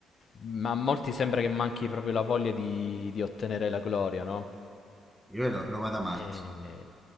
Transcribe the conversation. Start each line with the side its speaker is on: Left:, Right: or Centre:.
Left: Ma a molti sembra che manchi proprio la voglia di, di ottenere la gloria, no?
Centre: Io lo, lo vado avanti.
Left: Eh,